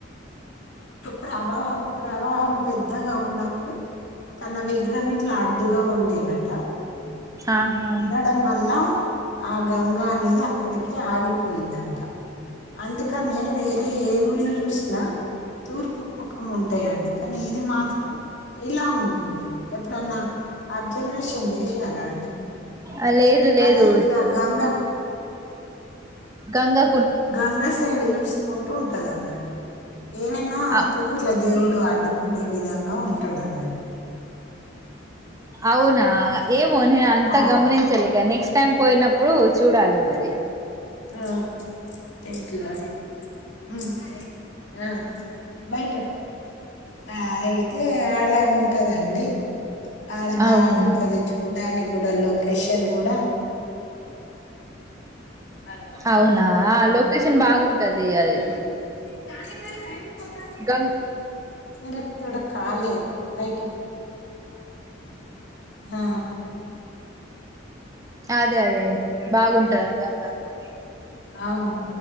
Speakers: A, on the left (about 65°); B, on the right (about 15°).
A: ప్రవాహ ప్రవాహం పెద్దగా ఉన్నప్పుడు తన వి <unintelligible> ఇట్లా అడ్డుగా ఉ ముందేనంట
B: ఆహా
A: ఉండడం వల్ల ఆ గంగా అనేది అక్కడికే ఆగిపోయిందంట అందుకనే ఏమి ఏ గుళ్ళు చూసిన తూర్పు ముఖం ఉంటాయండి కానీ ఇది మాత్రం ఇలా ఉంటుంది ఎప్పుడన్నా అబ్జర్వేషన్ చేశారా అండి
B: ఆ లేదు లేదు
A: అది ఇట్లా గంగ
B: గంగా
A: గంగా సైడ్ చూసి కుంటూ ఉంటది అన్నట్టు ఏన్నా
B: అ
A: తూపర్ల దేవుడు అడ్డుకునే విధంగా ఉంటాడన్నట్టు
B: అవునా ఏమో న అంతా
A: ఆ
B: గమనించలే ఇ నెక్స్ట్ టైం పోయినప్పుడు చూడాలి మరి
A: ఆ ఏలా ఆ మ్ మ్ బయట ఆ అయితే ఆళ ఉ ఉంటదండి అడ బాగుంటదిచ్చుకు
B: అవును
A: దాని కూడా లోకేషన్ కూడా అలా
B: అవునా లొకేషన్ బాగుంటది అది
A: కా కా బ్యాంక్
B: గంగ్
A: అరే తడ కల్ బయట ఆ
B: అదే అదే బాగుంటంది గంగాతో
A: అవును